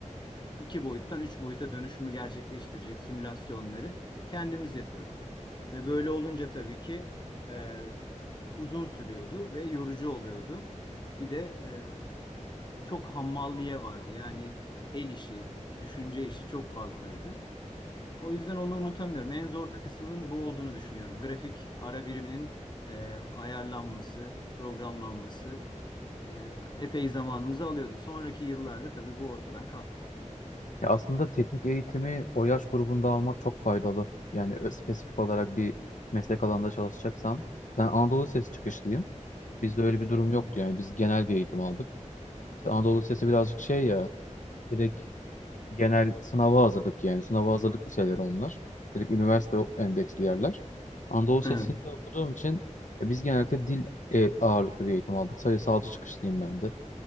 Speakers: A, on the left; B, on the left.
A: iki boyuttan üç boyuta dönüşümü gerçekleştirecek simülasyonları kendimiz yapıyorduk. Ve böyle olunca tabii ki e, uzun sürüyordu ve yorucu oluyordu. Bir de e, çok hammalliye vardı. Yani el işi, düşünce işi çok fazlaydı. O yüzden onu unutamıyorum. En zor kısmının bu olduğunu düşünüyorum. Grafik ara biriminin e, ayarlanması, programlanması e, epey zamanımızı alıyordu. Sonraki yıllarda tabii bu ortadan kalktı.
B: Ya aslında teknik eğitimi o yaş grubunda almak çok faydalı. Yani ö- spesifik olarak bir meslek alanında çalışacaksan. Ben Anadolu Lisesi çıkışlıyım. Bizde öyle bir durum yoktu yani. Biz genel bir eğitim aldık. İşte Anadolu Lisesi birazcık şey ya, direkt genel sınava hazırlık yani. Sınava hazırlık liseleri onlar. Direkt üniversite o- endeksli yerler. Anadolu Lisesi'nde
A: Evet,
B: okuduğum için e, biz genelde dil e, ağırlıklı bir eğitim aldık. Sayısalcı çıkışlıyım ben de.